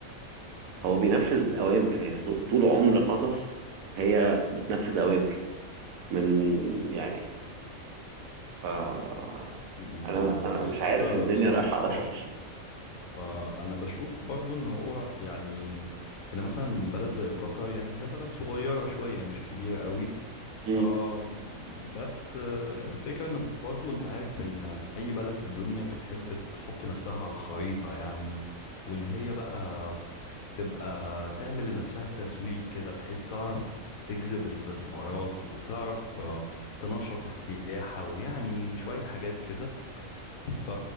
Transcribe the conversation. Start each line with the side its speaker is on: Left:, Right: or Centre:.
Right: هو بينفذ اوامر يعني ط- طول عمر قطر هي بتنفذ اوامر من يعني آه،
Left: <laughs>
Right: انا انا
Left: بص
Right: مش عارف
Left: آه،
Right: الدنيا
Left: بصراحة
Right: رايحه على فين.
Left: آه، أنا بشوف برضو إن هو يعني إن مثلا بلد زي قطر يعني هي بلد صغيرة شوية مش كبيرة قوي
Right: <laughs> مم.
Left: آه بس آه، الفكرة ان برضو انت عارف ان اي بلد في الدنيا بتحب تحط نفسها على الخريطة يعني وان هي بقى تبقى تعمل لنفسها تسويق كده بحيث تعرف تجذب استثمارات وتعرف آه، تنشط السياحة ويعني شوية حاجات كده ف...